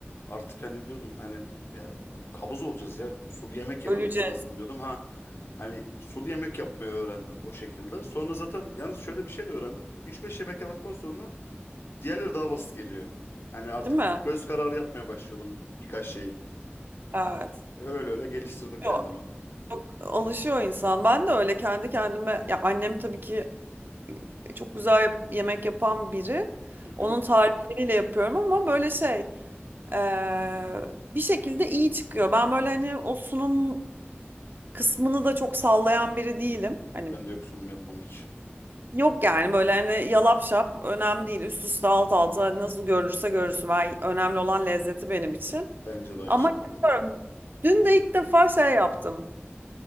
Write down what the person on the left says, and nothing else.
Artık hani diyordum hani ya kabız olacağız ya diyordum. Sulu yemek yememiz
lazım diyordum. Ha hani sulu yemek yapmayı öğrendim o şekilde. Sonra zaten yalnız şöyle bir şey de öğrendim. üç beş yemek yaptıktan sonra diğerleri daha basit geliyor. Hani artık
göz kararı yapmaya başlıyordum birkaç şeyi.
Öyle öyle geliştirdim kendimi.
Hı
hı.
Ben de yok sunum yapmam hiç.
Bence de aynı
şekilde.